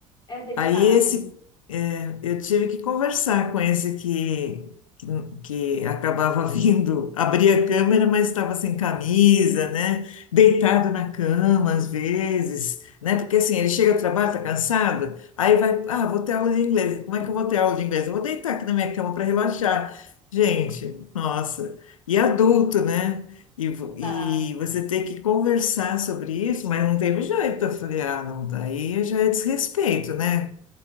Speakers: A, on the left; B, on the left.
A: É delicado,
B: Aí esse, é, eu tive que conversar com esse que, que, que acabava <laughs> vindo, abria a câmera, mas estava sem camisa, né? Deitado na cama às vezes, né? Porque assim, ele chega do trabalho, tá cansado, aí vai, ah, vou ter aula de inglês. Como é que eu vou ter aula de inglês? Eu vou deitar aqui na minha cama para relaxar. Gente, nossa. E adulto, né? E, vo-
A: tá?
B: e você ter que conversar sobre isso, mas não teve jeito. Eu falei, ah, não, daí já é desrespeito, né?